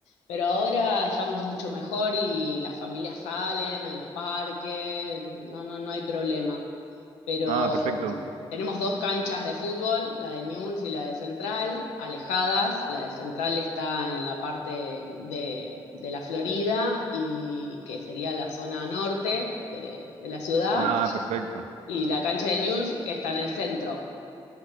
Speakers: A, on the left; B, on the right.
A: pero ahora estamos mucho mejor y las familias salen a los parques, no, no, no hay problema. Pero
B: Ah, perfecto.
A: um, tenemos dos canchas de fútbol, la de Newell's y la de Central, alejadas, la de Central está en la parte de, de la Florida y que sería la zona norte de de la ciudad
B: Ah, perfecto.
A: y la cancha de News, que está en el centro.